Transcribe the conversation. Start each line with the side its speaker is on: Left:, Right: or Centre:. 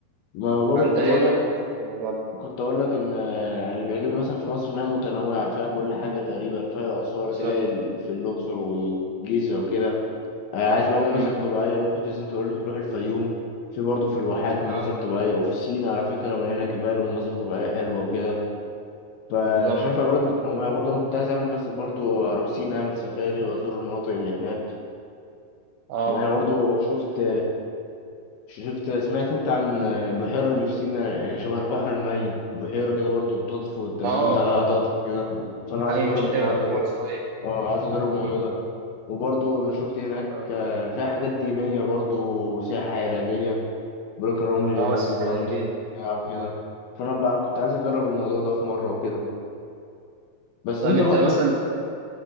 Left: ما برضو
Right: فأنت
Left: كنت
Right: إيه
Left: بقول
Right: رأيك
Left: لك
Right: برضه في الموضوع ده؟
Left: كنت اقول لك ان آه، اللي بيعجبني مثلا في مصر انها متنوعه فيها كل حاجه تقريبا فيها اثار
Right: بالظبط
Left: تلاقي ال- في الاقصر والجيزه وكده آه، عايز بقى مناظر
Right: أمم
Left: طبيعيه ممكن تنزل انت قلت تروح الفيوم في برضه في الواحات مناظر
Right: أه
Left: طبيعية وفي سينا على فكرة مليانة جبال ومناظر طبيعية حلوة وكده فأنا
Right: بالظبط
Left: شايفها بلد متنوعة برضه أنا كنت عايز أعمل مثلا برضه أروح سينا أعمل سفاري وأزور المناطق اللي هناك
Right: أه
Left: يعني برضو شفت شفت سمعت انت عن بحيرة اللي في سينا يعني شبه البحر الميت بحيرة كده برضو بتطفو انت لو
Right: أه
Left: نمت عليها
Right: أه
Left: هتطفو كده فانا عايز
Right: أيوة
Left: اجرب
Right: مش هتغرق
Left: الموضوع
Right: خالص
Left: ده
Right: أيوة
Left: اه عايز اجرب الموضوع
Right: أمم
Left: ده وبرضو انا شفت هناك
Right: أه
Left: آه، فيها حاجات دينية برضو وسياحة علاجية بروك الرمل اللي
Right: أه
Left: هناك
Right: السباحة
Left: بيبقى
Right: العلاجية
Left: نضيف او كده فانا بقى كنت عايز اجرب الموضوع ده في مرة وكده بس
Right: طيب
Left: انت
Right: أنت
Left: برضو
Right: مثلا بتحب